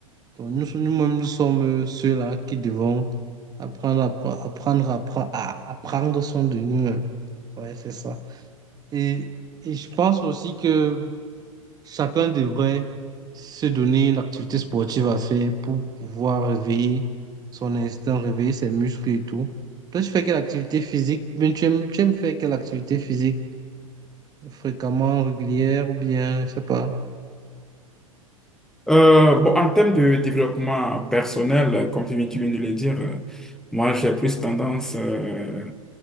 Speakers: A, on the right; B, in the centre.
A: Donc nous, nous-mêmes, nous sommes ceux-là qui devons apprendre, à pre- apprendre, à, pre- à, à prendre soin de nous-mêmes. Ouais, c'est ça. Et, et je pense aussi que Chacun devrait se donner une activité sportive à faire pour pouvoir réveiller son instinct, réveiller ses muscles et tout. Toi, tu fais quelle activité physique? ben tu aimes, tu aimes faire quelle activité physique? Fréquemment, régulière ou bien, je sais pas.
B: Euh, bon, en termes de développement personnel, comme tu viens, tu viens de le dire, euh, moi j'ai plus tendance euh,